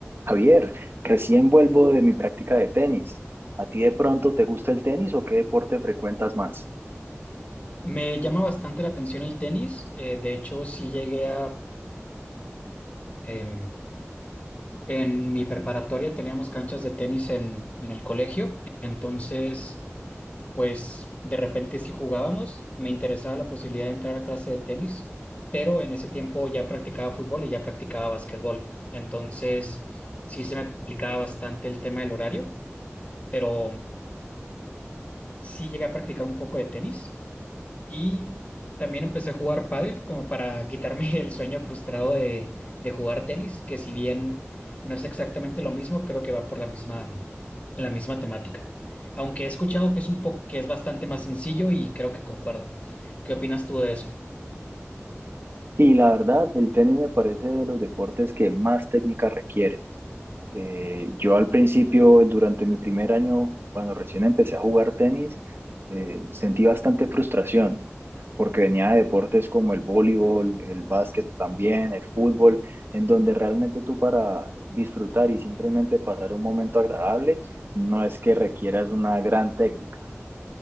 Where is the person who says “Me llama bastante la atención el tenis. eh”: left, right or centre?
Left